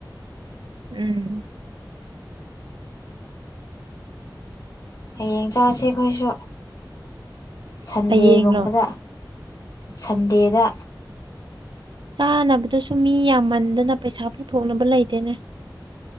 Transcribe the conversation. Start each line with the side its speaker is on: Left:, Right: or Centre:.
Right: ꯎꯝ
Left: ꯍꯌꯦꯡ ꯆꯥꯁꯦ ꯑꯩꯈꯣꯏꯁꯨ ꯁꯟꯗꯦꯒꯨꯝꯕꯗ
Right: ꯍꯌꯦꯡꯂꯣ
Left: ꯁꯟꯗꯦꯗ
Right: ꯆꯥꯅꯕꯗꯨꯁꯨ ꯃꯤ ꯌꯥꯝꯃꯟꯗꯅ ꯄꯩꯁꯥ ꯄꯨꯊꯣꯛꯅꯕ ꯂꯩꯇꯦꯅꯦ